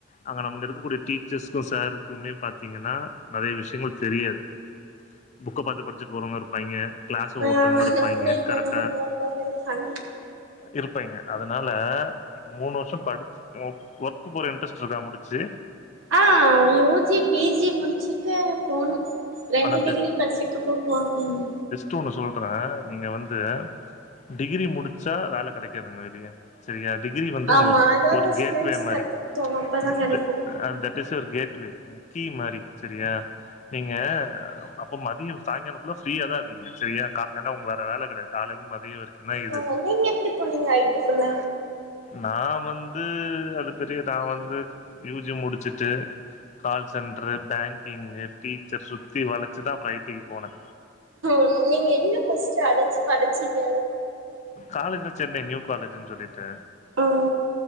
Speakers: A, on the left (about 35°); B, on the right (about 70°).
A: அங்க நம்ம எடுக்கக்கூடிய டீச்சர்ஸ்க்கு சருக்குமே பாத்தீங்கன்னா நெறைய விஷயங்கள் தெரியாது புக்க பாத்து படிச்சுட்டு போறவங்க இருப்பாய்ங்க க்ளஸ
B: ஆ
A: ஓட்டுறவங்க
B: அப்டியே
A: இருப்பாய்ங்க கரெக்டா
B: <unintelligible>
A: இருப்பாய்ங்க அதனால நீங்க மூணு வருஷோ படிச்சு ஓர்க் ஒர்க்கு போற இன்ட்ரெஸ்ட் இருக்கா முடிச்சி
B: ஆ யோஜி பி ஜி முடிச்சிட்டு போணு ரெண்டு
A: ஆனா
B: டிகிரி பச்சைக்குப்ப போ ம்
A: துனு சொல்ற நீங்க வந்து டிகிரி முடிச்சா வேல கெடைக்காதுங்க வெளிய சரியா டிகிரி வந்து
B: ஆமா
A: உங்க
B: அதாவது
A: ஒரு கேட்வே
B: ஸ்கில்ஸ்
A: மாரி
B: கத்துக்கிட்டோ அப்பதா கெடைக்கு
A: த தட் இஸ் இது ஒரு கேட்வே கி மாரி சேரியா நீங்க அ அப்போ மதியோ சாங்காலோ ஃபுல்லா ஃப்ரீயா தா இருக்கீங்க சரியா ஏன்னா உங்க வேற வேல கெடையாது காலேருந்து மதியம் வரைக்கு தா இது
B: ஆ நீங்க எப்டி போனீங்க ஐடிக்குள்ள
A: நா வந்து அது பெரிய நா வந்து யூ ஜி முடிச்சுட்டு கால் சென்ட்ரு பங்கிங்கு டீச்சர் சுத்தி வளச்சுதா அப்றோ ஐடி க்கு போன
B: ம் நீங்க எங்க ஃபஸ்ட்டு அலஞ்சு படிச்சீங்க
A: காலேஜ்ல சென்னை நியூ காலேஜ்ன்னு சொல்லிட்டு
B: ஆ